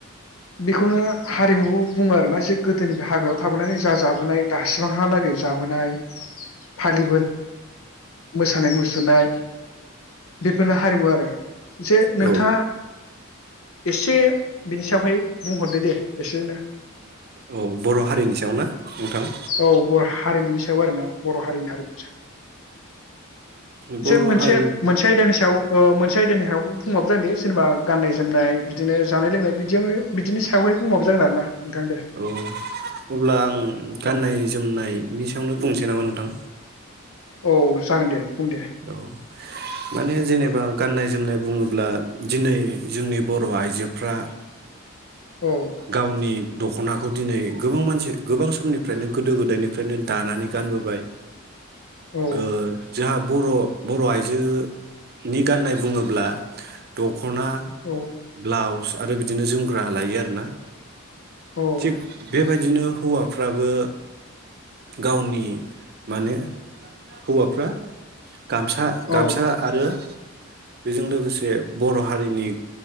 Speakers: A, on the left; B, on the right.
A: बेखौनो हारिमु बुङो आरोना जे गोदोनिफ्राय हाग्रायाव थाबोनानै जा जाबोनाय दासिमाहालागै जा बोनाय, फालि मोसानाय मुसुरनाय बेफोरनो हारिमु आरो। जे
B: औ
A: नोंथाङा <inaudible> एसे बिनि सावहाय बुंहरदो दे एसेनो
B: औ बर' हारिनि सायाव ना नोंथां
A: औ बर हारिमुनि सायाव आरो ना। बर' हारिनि हारि
B: बर'
A: जेन मोनसे
B: हारि
A: मोनसे आयदानि सायाव ओ मोनसे आयदानि सायाव बुंबाबो जागोन दे जेनेबा गाननाय-जोमनाय बिदिनो जानायलोंनाय बिदियावनो बिदिनि सायावहाय बुंबाबो जागोन आरो आरोना। नोंथां दे
B: औ अब्ला आं गाननाय-जोमनाय
A: औ
B: बिनि सायावनो बुंनोसै नामा नोंथां?
A: औ जागोन दे। बुं दे
B: औ माने जेनेबा गाननाय जोमनाय बुङोब्ला दिनै जोंनि बर' आइजोफ्रा
A: औ
B: गावनि दखना खौ दिनै गोबां मानसि गोबां समनिफ्रायनो गोदो गोदायनिफ्रायनो दानानै गानबोबाय।
A: औ
B: ओ जोहा बर' बर' आइजोनि गाननाय बुङोब्ला द खना,
A: औ
B: ब्लाउस आरो बिदिनो जोमग्रा लायो आरोना
A: औ
B: थिग बे बायदिनो हौवाफ्राबो गावनि माने हौवा फ्रा गामसा गामसा
A: औ
B: आरो बेजों लोगोसे बर' हारिनि